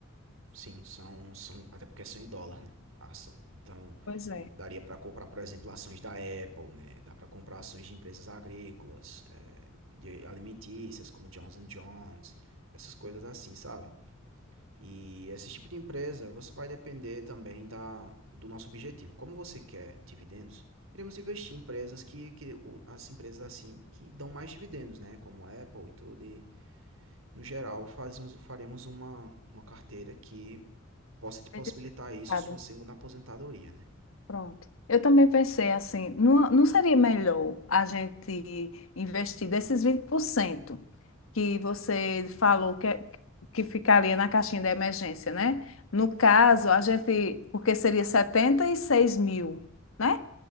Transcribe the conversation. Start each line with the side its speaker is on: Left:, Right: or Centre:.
Right: sim, são, são até porque são em dólar, né? A ação. Então,
Left: Pois é.
Right: daria para comprar, por exemplo, ações da Apple, né? Dá para comprar ações de empresas agrícolas, é, de alimentícias, como Johnson and Johnson, essas coisas assim, sabe? E esse tipo de empresa, você vai depender também da, do nosso objetivo. Como você quer dividendos, iremos investir em empresas que, que as empresas assim que dão mais dividendos, né? Como a Apple e tudo. E, no geral, fazemos, faremos uma, uma carteira que possa te possibilitar
Left: Bem diversificado.
Right: isso, sua segunda aposentadoria, né?
Left: Pronto. Eu também pensei assim, não, não seria melhor a gente investir desses 20% que você falou que, é- que ficaria na caixinha da emergência, né? No caso, a gente, porque seria setenta e seis mil, né?